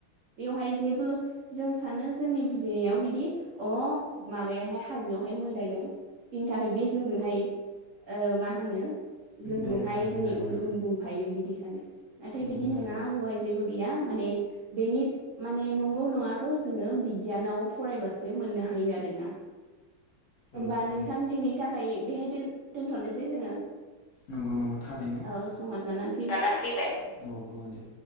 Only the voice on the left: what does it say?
गोमफादों
आरोना
नंगौ
नंगौ
औ
थारैनो
नंगौ नंगौ थारैनो
दानानै फैबाय, औ औ दे।